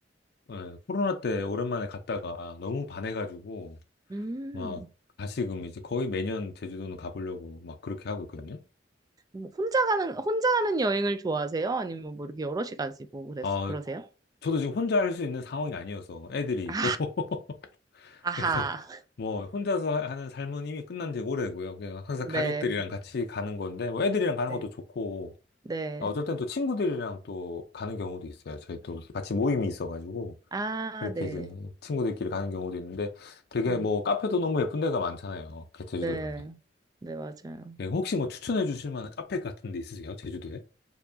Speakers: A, on the left (about 60°); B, on the right (about 20°).
A: 예, 코로나 때 오랜만에 갔다가 너무 반해가지고,
B: 음.
A: 막, 다시금 이제 거의 매년 제주도는 가보려고 막 그렇게 하고 있거든요.
B: 뭐 혼자 가는, 혼자 하는 여행을 좋아하세요? 아니면 뭐 이렇게 여럿이 가시고 그랬,
A: 어,
B: 그러세요?
A: 저도 지금 혼자 할 수 있는 상황이 아니어서 애들이
B: 아,
A: 있고 <laughs>
B: 아하.
A: 그래서 뭐 혼자서 하- 하는 삶은 이미 끝난 지 오래고요. 그냥 항상
B: 네,
A: 가족들이랑 같이 가는 건데 뭐 애들이랑 가는
B: 네,
A: 것도 좋고
B: 네.
A: 아, 어쩔 땐 또 친구들이랑 또 가는 경우도 있어요. 저희 또 같이 모임이 있어가지고
B: 아,
A: 그렇게
B: 네.
A: 이제 친구들끼리 가는 경우도 있는데 되게
B: 음,
A: 뭐 카페도 너무 예쁜 데가 많잖아요. 그 제주도
B: 네.
A: 가면.
B: 네, 맞아요.
A: 예, 혹시 뭐 추천해 주실 만한 카페 같은 데 있으세요? 제주도에?